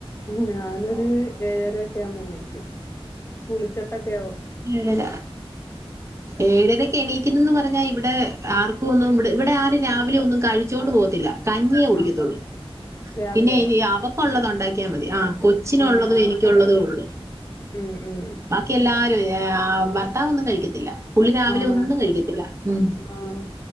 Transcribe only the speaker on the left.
ഞാനൊരു ഏഴരക്കെ ആകുമ്പോ എണീക്കും കുളിച്ചിട്ടൊക്കെ പോണേ
ആഹ് രാവിലെയോ
ആഹ് ആഹ്
ഉം ഉം
ആണോ
ആഹ്